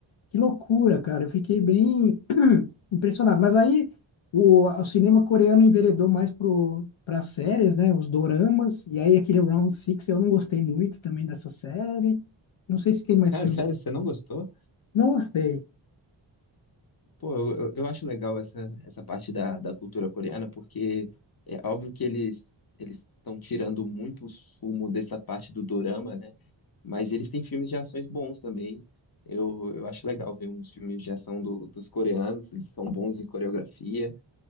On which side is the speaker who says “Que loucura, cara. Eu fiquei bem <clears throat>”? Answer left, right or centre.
Left